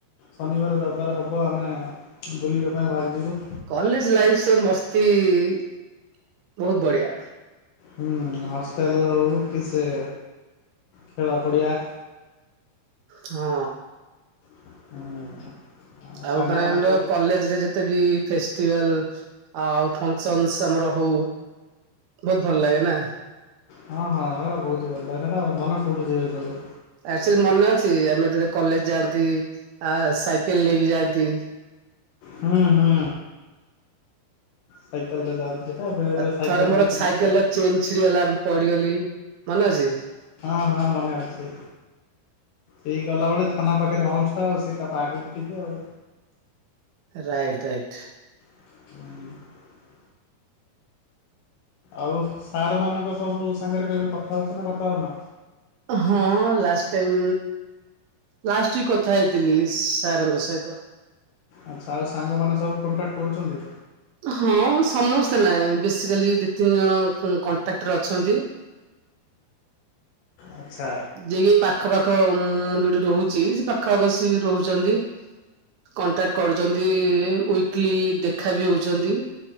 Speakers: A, on the left; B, on the right.
A: ଶନିବାର ରବିବାର ହେବ ଆମେ ବୁଲିବା ପାଇଁ ବାହାରିଯିବୁ।
B: କଲେଜ ଲାଇଫ ସେ ମସ୍ତି ବହୁତ ବଢିଆ।
A: ହୁଁ ହଷ୍ଟେଲ ହଉ କି ସେ ଖେଳ ପଡିଆ।
B: ହଁ।
A: <unintelligible> ସାଙ୍ଗମାନେ
B: ଆଉ <unintelligible>
A: ସବୁ
B: କଲେଜରେ ଯେତେ ବି ଫେଷ୍ଟିଭାଲ ଆଉ ଫଙ୍କସନସ୍ ତମର ହଉ ବହୁତ୍ ଭଲ ଲାଗେ ନା?
A: ହଁ ହଁ ବହୁତ ଭଲ ଲାଗେ ସେଟା ଆଉ ମନେ ପଡୁଛି ଏ ସବୁ।
B: ଆକ୍ଚୁଆଲି ମନେ ଅଛି ଆମେ ଯେତେବଳେ କଲେଜ ଯାଆନ୍ତି, ଆ ସାଇକେଲ ନେଇକି ଯାଆନ୍ତି।
A: ହୁଁ ହୁଁ। ସାଇକଲରେ ଯାଆନ୍ତି। ବେଳେ ବେଳେ
B: ଆଉ
A: ସାଇକେଲ
B: ଥରେ ମୋର
A: ବି ଯଦି
B: ସାଇକେଲର
A: ନଥିବ
B: ଚେନ୍ ଛିଡିଗଲା, ପଡିଗଲି ମନେ ଅଛି?
A: ହଁ ହଁ ମନେ ଅଛି। ହେଇ ଗଲାବେଳେ ଥାନା ପାଖରେ ହମ୍ପସଟା ଆଉ ସେ ତା ପାଖକୁ ଟିକେ ଆଉ।
B: Right right.
A: <unintelligible> ଆଉ ସାର୍ ମାନଙ୍କ ସବୁ ସାଙ୍ଗରେ କେବେ କଥା ହଉଛ ନା କଥା ହଉନ?
B: ହଁ ଲାଷ୍ଟ ଟାଇମ୍। ଲାଷ୍ଟ ୱିକ୍ କଥା ହେଇଥିଲି ସାରଙ୍କ ସହିତ।
A: ଆଚ୍ଛା ଆଉ ସାଙ୍ଗମାନେ ସବୁ କଣ୍ଟାକ୍ଟ କରୁଛନ୍ତି?
B: ହଁ ସମସ୍ତେ ନାଇଁ ବେସିକାଲି ଦି ତିନି ଜଣ କଣ୍ଟାକ୍ଟରେ ଅଛନ୍ତି।
A: ଆଚ୍ଛା।
B: ଯିଏ ପାଖ ପାାଖ ଉଁ ଯୋଉଠି ରହୁଛି, ସେ ପାଖଆଖ ସେ ରହୁଛନ୍ତି। କଣ୍ଟାକ୍ଟ କରୁଛନ୍ତି, ୱିକଲି ଦେଖା ବି ହଉଛନ୍ତି।